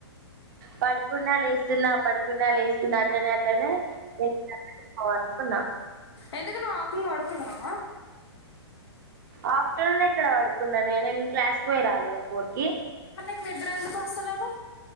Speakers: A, on the right; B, on the left.
A: పడుకున్నా లేస్తున్నా పడుకున్నా లేస్తున్నా అట్లనే అట్లనేకో అనుకున్నాం
B: ఎందుకు ను ఆకు అడుకున్నావ
A: ఆఫ్టర్నూన్ ఎక్కడ పడుకున్నానే నేను క్లాస్కి పోయి రాలేదా ఫోర్త్
B: మరి నిద్ద్ర ఎందుకు వస్తలేదు